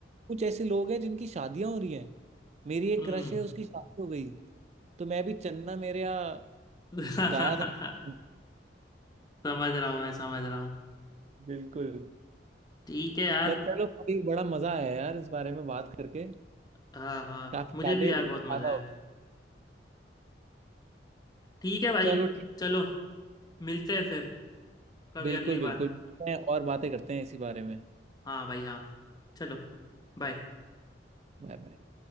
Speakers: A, on the right; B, on the left.
A: कुछ ऐसे लोग हैं जिनकी शादियां हो रही हैं मेरी एक
B: हम्म
A: क्रश है उसकी शादी हो गई तो मैं भी चन्ना मेरे यहाँ
B: <laughs>
A: गाया था <laughs>
B: समझ रहा हूँ मैं समझ रहा हूँ
A: बिल्कुल
B: ठीक है यार
A: पर चलो कभी बड़ा मजा आया यार इस बारे में बात करके
B: हाँ हाँ
A: काफी
B: मुझे
A: यादें
B: भी यार बहुत
A: ताजा
B: मजा आया
A: हो
B: ठीक है भाई
A: चलो ठीक
B: चलो मिलते हैं फिर कभी
A: बिल्कुल
B: अगली
A: बिल्कुल
B: बार
A: मिलते हैं और बातें करते हैं इसी बारे में
B: हाँ भाई हाँ चलो बाय
A: Bye bye